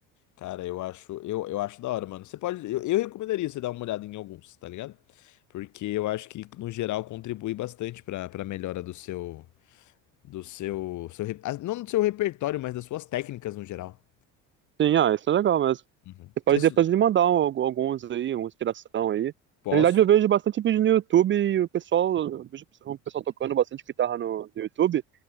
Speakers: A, on the left; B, on the right.
A: Cara, eu acho, eu, eu acho da hora, mano. Você pode, eu, eu recomendaria você dar uma olhada em alguns, tá ligado? Porque eu acho que no geral contribui bastante pra para melhora do seu do seu, seu re- ah, não do seu repertório, mas das suas técnicas no geral.
B: Sim, ah, isso é legal mesmo.
A: Uhum.
B: Você pode
A: Isso,
B: depois me mandar um- algu- alguns aí, uma inspiração aí.
A: posso?
B: Na realidade, eu vejo bastante vídeo no YouTube e o pessoal, eu vejo o pessoal tocando bastante guitarra no, no YouTube.